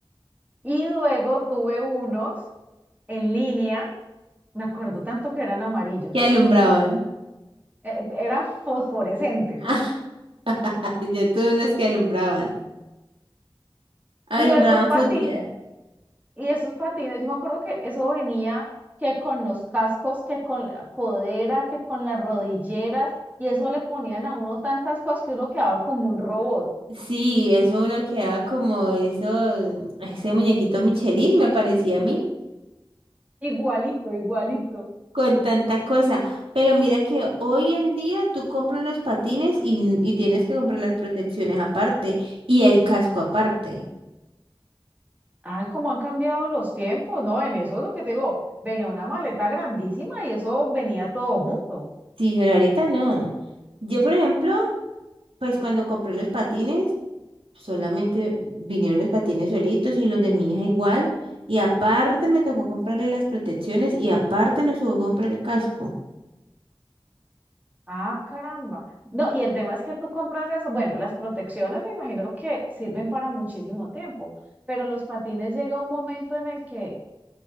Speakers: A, on the right; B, on the right.
A: Y luego tuve unos en línea, me acuerdo tanto que eran amarillos,
B: que alumbraban.
A: eh, eran fosforescentes.
B: <laughs> Yo tuve unos que alumbraban. Alumbraban
A: Y esos patines,
B: futsal.
A: y esos patines, yo me acuerdo que eso venía que con los cascos, que con la codera, que con las rodilleras, y eso le ponían a uno tantas cosas que uno quedaba como un robot,
B: Sí, eso uno quedaba como eso, ese muñequito Michelin me parecía a mí,
A: igualito, igualito.
B: con tanta cosa. Pero mira que hoy en día tú compras los patines y, y tienes que comprar las protecciones aparte y el casco aparte.
A: Ay, cómo han cambiado los tiempos, ¿no? En eso es lo que te digo, venía una maleta grandísima y eso venía todo junto.
B: Sí, pero ahorita no. Yo, por ejemplo, Pues cuando compré los patines, solamente vinieron los patines solitos y los de mi hija igual. Y aparte me tocó comprarle las protecciones y aparte nos tocó comprar el casco.
A: Ah, caramba. No, y el tema es que tú compras eso. Bueno, las protecciones me imagino que sirven para muchísimo tiempo, pero los patines llega un momento en el que